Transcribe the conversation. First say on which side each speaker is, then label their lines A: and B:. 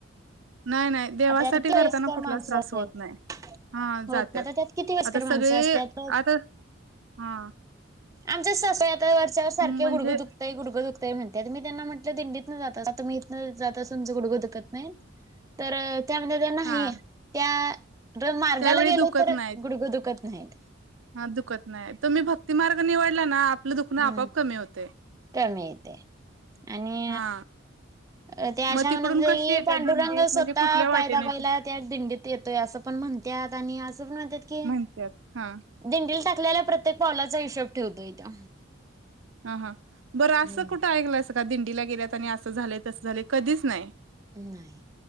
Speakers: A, on the right; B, on the right.
A: नाही, नाही. देवासाठी
B: आता किती
A: करताना
B: वयस्कर
A: कुठलाच
B: माणसं
A: त्रास
B: येत्यात.
A: होत नाही हा
B: होतं
A: जात्यात.
B: ना त्यात किती वयस्कर
A: आता सगळे
B: माणसं असत्यात.
A: आता हा
B: आमच्याच सासूबाई आता वरच्यावर सारख्या
A: म्हणजे
B: गुडगं दुख तयं, गुडघं दुखतय म्हणत्यात मी त्यांना म्हटलं, दिंडीतनं जातासा तुम्ही इथनं जातासा तुमचं गुडगं दुखत नाहीत. तर त्या म्हणत्यात्या नाही
A: हा
B: त्या र मार्गाला
A: त्यावेळी
B: गेले
A: दुखत
B: तर
A: नाही
B: गुडगं दुखत नाहीत.
A: हा दुखत नाही, तुम्हीं भक्ती मार्ग निवडला ना, आपलं दुखणं
B: हम्म
A: आपआप कमी होतयं.
B: कमी येतयं आणि
A: हा
B: अ त्या अशा
A: मग तिकडून
B: म्हणत होत्या
A: कशी
B: की,
A: येत्या
B: पांडुरंग
A: दिंडी म्हणजे
B: स्वतः
A: कुठल्या वाटेने
B: पाय दाबायला
A: येत्या
B: त्या दिंडीत येतोय असं पण म्हणतात आणि असं पण म्हणत्यात की
A: म्हणत्यात हा..
B: दिंडीला टाकलेल्या प्रत्येक पावलाचा हिशोब ठेवतोय त्यो.
A: हा, हा. बरं असं
B: हम्म
A: कुठं ऐकलायसा का दिंडीला गेल्यात आणि असं झालयं, तसं झालयं कधीच नाही.
B: नाही